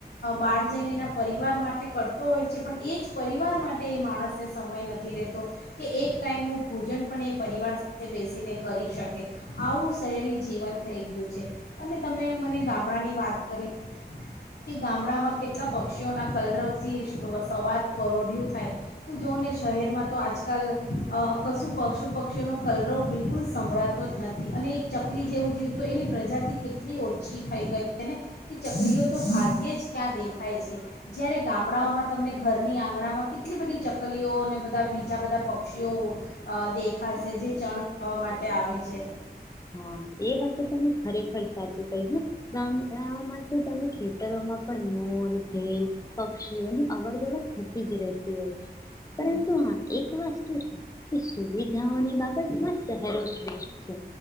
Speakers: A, on the left (about 80°); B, on the left (about 20°).
A: બહાર જઈને એના પરિવાર માટે કરતો હોય છે. પણ એ જ પરિવાર માટે એ માણસને સમય નથી રહેતો કે એક ટાઈમનું ભોજન પણ એ પરિવાર સા થે બેસીને કરી શકે આવું શહેરી જીવન થઈ ગયું છે અને તમે મને ગામડાની વાત કરી કે ગામડામાં કેટલા પક્ષીઓના કલરવથી સવાર પરોઢીયુ થાય તો જો ને શહેરમાં તો આજકાલ અ કશું પશુ પક્ષીઓનો કલરવ બિલકુલ સંભળાતો જ નથી. અને એક ચકલી જેવું જેવું તો એની પ્રજાતિ કેટલી ઓછી થઈ ગઈ છે. ને કે ચકલીઓ તો ભાગ્યે જ ક્યાં દેખાય છે. જ્યારે ગામડાઓમાં તમને ઘરની આંગણામાં કેટલી બધી ચકલીઓ અને બધા બીજા બધા પક્ષીઓ દેખાશે જે ચણ ખાવા માટે આવે છે.
B: હ એ વાત તમે ખરેખર સાચી કઈ હ ગામડાઓમાં તો તમે ખેતરોમાં પણ મોર ઢેલ પક્ષીઓની અવર જવર થ ઇજ રહેતી હોય છે, પરંતુ હા એક વસ્તુ છે કે સુવિધાઓની બાબતમાં શહેરો જ શ્રેષ્ઠ છે.